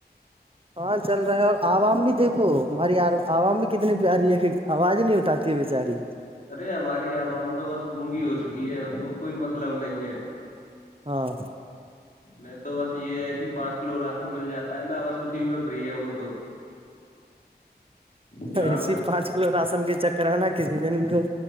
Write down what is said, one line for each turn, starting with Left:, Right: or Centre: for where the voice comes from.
Right: ہاں چل رہے ہیں اور عوام بھی دیکھو ہماری عوام بھی کتنی پیاری ہے آواز نہیں اٹھاتی چاری
Left: ارے ہماری اب ہم تو بس گونگی ہو چکی ہے ان کو کوئی مطلب نہیں ہے
Right: ہاں
Left: نہیں تو بس یہ ہے کہ پانچ کلو راست مل جاتا ہے نا بس اسی میں فری ہے وہ تو چناؤ
Right: ایسی
Left: کے
Right: پانچ کلو راشن کے چکر ہے نا کسی دن کو